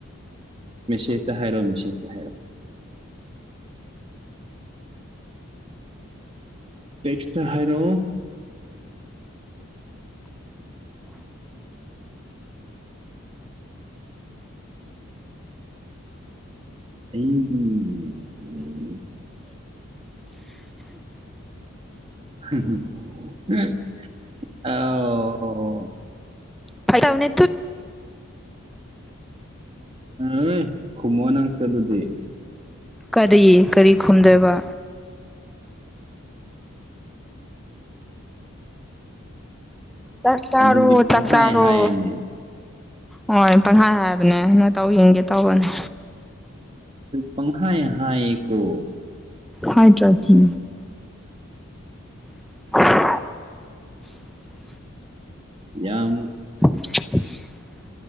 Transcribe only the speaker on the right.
ꯃꯦꯁꯦꯁꯇ ꯍꯥꯏꯔꯣ ꯃꯦꯁꯦꯁꯇ ꯍꯥꯏꯔꯣ ꯇꯦꯛꯁꯇ ꯍꯥꯏꯔꯣ ꯑꯌꯤꯡꯕꯤ <unintelligible> <unintelligible> ꯑꯣ
<unintelligible> ꯈꯨꯝꯃꯣꯅꯪꯁꯦ ꯑꯗꯨꯗꯤ
ꯑꯗꯨꯗꯤ ꯄꯪꯍꯥꯏ
ꯍꯥꯏꯅꯦ
ꯄꯪꯍꯥꯏ ꯍꯥꯏꯌꯦꯀꯣ
ꯌꯥꯝ